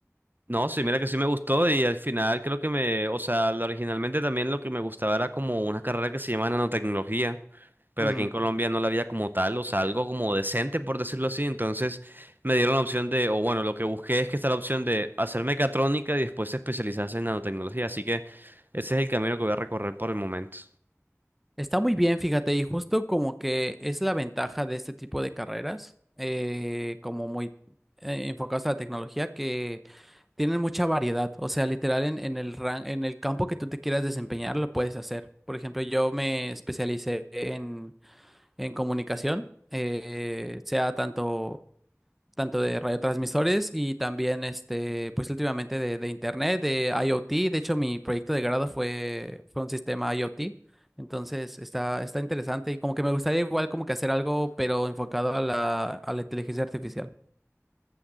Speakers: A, on the right (about 40°); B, in the centre.
A: No, sí, mira que sí me gustó y al final creo que me, o sea, lo- originalmente también lo que me gustaba era como una carrera que se llama nanotecnología. pero
B: Ujú.
A: aquí en Colombia no la había como tal, o sea, algo como decente, por decirlo así. Entonces me dieron la opción de, o bueno, lo que busqué es que está la opción de hacer mecatrónica y después especializarse en nanotecnología. Así que ese es el camino que voy a recorrer por el momento.
B: Está muy bien, fíjate, y justo como que es la ventaja de este tipo de carreras, eh, como muy eh, enfocadas a la tecnología, que tienen mucha variedad. O sea, literal en, en el ran- en el campo que tú te quieras desempeñar, lo puedes hacer. Por ejemplo, yo me especialicé en, en comunicación, eh, sea tanto tanto de radiotransmisores y también, este, pues últimamente de, de internet, de IoT. De hecho, mi proyecto de grado fue, fue un sistema IoT. Entonces, está, está interesante y como que me gustaría igual como que hacer algo, pero enfocado a la, a la inteligencia artificial.